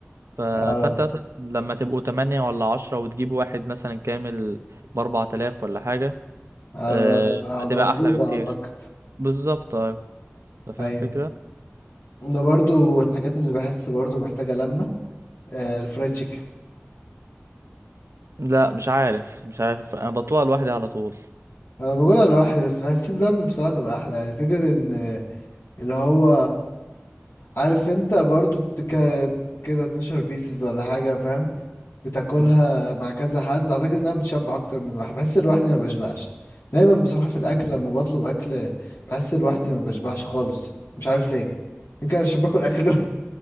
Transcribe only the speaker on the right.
ف...
فانت مثلا لما تبقوا تمانية ولا عشرة وتجيب واحد مثلا كامل بأربعة آلاف ولا حاجة
آه،
فتبقى
أحلى بكتير
بالظبط أيوة أنت فاهم
الفكرة
لا مش عارف مش عارف انا بطوع لوحدي على طول
مم.